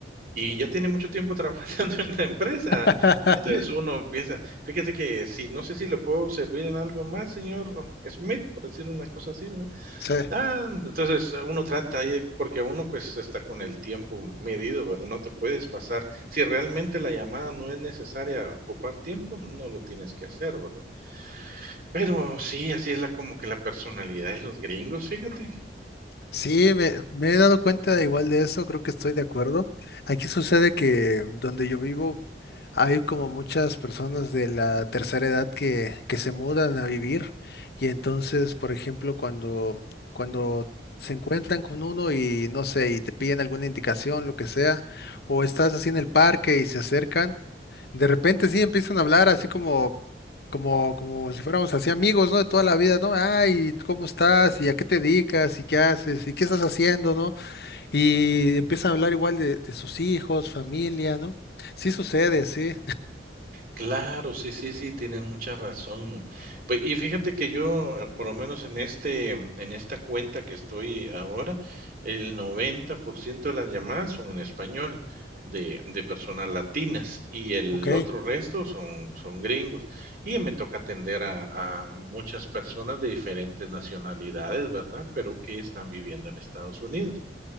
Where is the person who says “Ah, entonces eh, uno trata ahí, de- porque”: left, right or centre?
Right